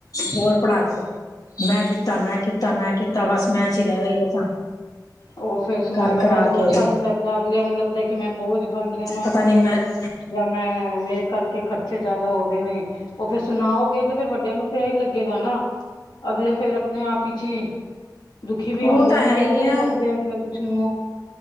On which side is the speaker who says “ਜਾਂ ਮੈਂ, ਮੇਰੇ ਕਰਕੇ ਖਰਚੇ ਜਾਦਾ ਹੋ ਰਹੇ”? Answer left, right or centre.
Left